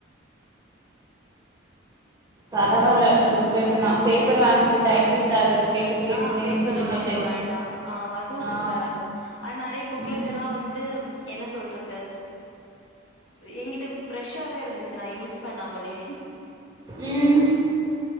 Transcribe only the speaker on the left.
ம்
ஆ பேப்பர்
வாங்க வேண்டா ஆ அதுவு
சூப்பரா இருக்கு அனா நறையா புக்லெட்
எல்லா வந்து என்ன சொல்றது என்கிட்ட ப்ரெஷ்ஷாவே இருந்துச்சு நா யூஸ் பண்ணாமலே